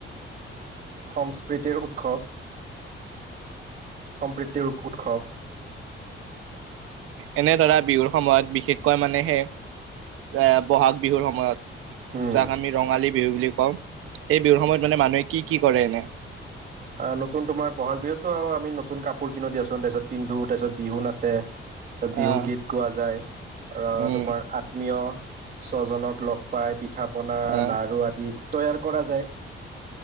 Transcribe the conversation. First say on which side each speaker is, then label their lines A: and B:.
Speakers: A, on the right (about 40°); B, on the right (about 85°).
A: সংস্কৃতি উৎসৱ। সম্প্ৰতিৰ উৎসৱ।
B: এনেধৰা বিহুৰ সময়ত বিশেষকৈ মানে সে এ বহাগ বিহুৰ সময়ত।
A: উৎসৱ
B: যাক আমি ৰঙালী বিহু বুলি কওঁ সেই বিহুৰ সময়ত মানে মানুহে কি কি কৰে এনে
A: আহ নতুন তোমাৰ বহাগ আমি নতুন কাপোৰ কিনো তাৰ পিছ পিন্ধো তাৰপিছত বিহু নাছে। <inaudible> তাৰপছত বিহুগীত
B: আহ
A: গোৱা যায় আৰু
B: উম
A: তোমাৰ আত্মীয় স্বজনক লগ পাই পিঠা পনা
B: আহ
A: লাৰু আদি তৈয়াৰ কৰা যায়।